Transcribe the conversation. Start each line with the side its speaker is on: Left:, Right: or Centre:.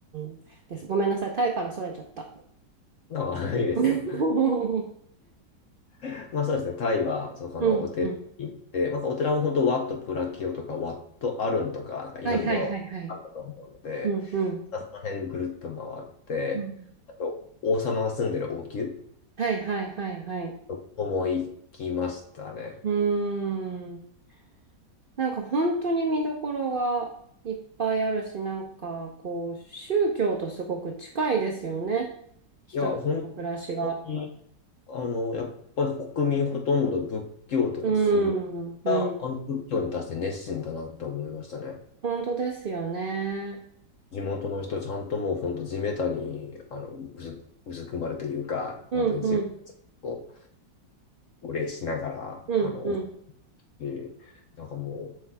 Right: ん。です。ごめんなさい。タイからそれちゃった。
Left: なんか、いいですよ。
Right: <laughs> うん。
Left: <laughs> まあそうですね、タイはそこのお寺に行って、
Right: うん。<laughs>
Left: まあ、お寺も本当、ワット・プラキオとか、ワット・アルンとか、なんかいろいろあったと思うので、
Right: はいはいはいはい。うんうん。
Left: まあその辺ぐるっと回って、
Right: うん。
Left: あと、王様が住んでる王宮
Right: はいはいはいはい。
Left: そこも行きましたね。
Right: うーん。なんか本当に見どころがいっぱいあるし、なんかこう、宗教とすごく近いですよね。人々の暮らしが。
Left: いや、本当に、あの、やっぱり国民ほとんど仏教徒ですし、
Right: うー
Left: みんなあの仏教に対して熱心だなと思いましたね。
Right: ん、うん。本当ですよね。
Left: 地元の人、ちゃんともう本当地べたに、あの、うず、うずくまるというか、本当に地べたにこ
Right: うん、うん、
Left: う、お礼しながら、
Right: うん、
Left: あの、
Right: うん、
Left: 大きい、なんかも